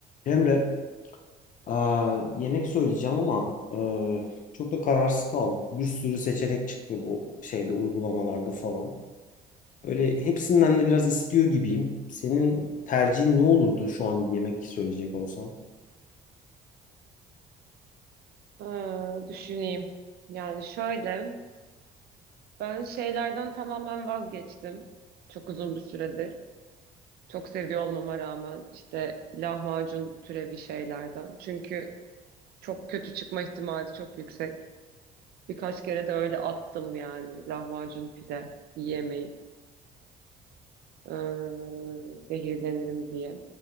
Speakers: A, on the left; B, on the right.
A: Emre, aa, yemek söyleyeceğim ama eee, çok da kararsız kaldım. Bir sürü seçenek çıkıyor bu şeyde uygulamalarda falan. Böyle hepsinden de biraz istiyor gibiyim. Senin tercihin ne olurdu şu an bir yemek söyleyecek olsan?
B: Ha, düşüneyim. Yani şöyle, ben şeylerden tamamen vazgeçtim. Çok uzun bir süredir. Çok seviyor olmama rağmen işte lahmacun türevi şeylerden. Çünkü çok kötü çıkma ihtimali çok yüksek. Birkaç kere de öyle attım yani lahmacun pide yiyemeyip ee, zehirlenirim diye.